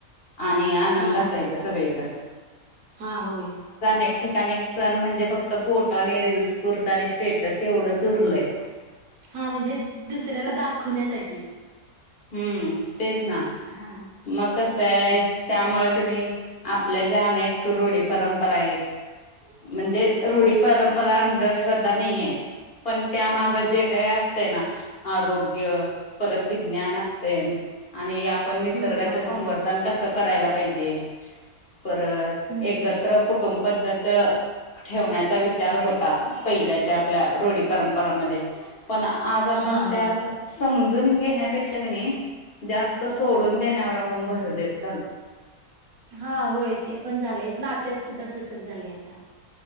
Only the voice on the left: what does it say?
आणि आनंद
असायच
सगळीकड.
एक ठिकान एक सण म्हणजे फक्त फोटो आणि रीलस पुरत आणि स्टेटस एवढंच उरलय.
हम्म तेच ना
मग कस आहे
त्यामुळे क नाही आपल्या ज्या अनेक रूढी परंपरा आहेत. म्हणजे रूढी परंपरा अंधश्रद्धा नाही आहेत. पण त्यामाग
जे काही असतं ना आरोग्य परत ज्ञान असतंय आणि आपण आपण निसर्गाच
संवर्धन कस करायला पाहिजे परत
एकत्र कुटुंब पद्धत ठेवण्याचा विचार होता पहिल्याच्या आपल्या रूढी परंपरामध्ये पण आज आपण
त्या
समजून घेण्यात त्यापेक्षा की नाही जास्त सोडून देण्यावर आपण भर देतो